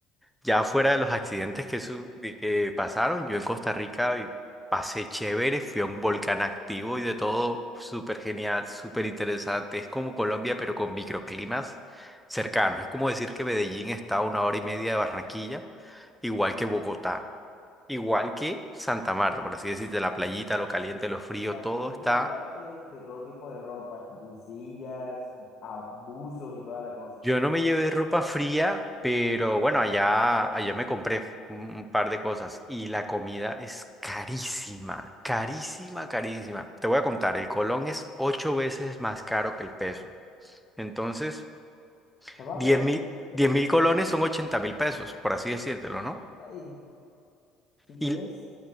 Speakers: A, in the centre; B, on the left.
A: ya fuera de los accidentes que, su- de que pasaron, yo en Costa Rica y pasé chévere, fui a un volcán activo y de todo, súper genial, súper interesante. Es como Colombia, pero con microclimas cercanos. Es como decir que Medellín está a una hora y media de Barranquilla, igual que Bogotá. Igual que Santa Marta, por así decirte, la playita, lo caliente, lo frío,
B: O sea,
A: todo
B: tienes
A: está
B: que llevarte de todo tipo de ropa, camisillas, abusos y toda la cosa.
A: Yo no me llevé ropa fría, pero bueno, allá, allá me compré un un par de cosas y la comida es carísima, carísima, carísima. Te voy a contar, el colón es ocho veces más caro que el peso. Entonces,
B: Papá,
A: diez
B: pero,
A: mil,
B: si
A: diez
B: ¿quieres?
A: mil colones
B: eh,
A: son ochenta mil pesos, por así decírtelo, ¿no?
B: Ay, si
A: Y...
B: quieres.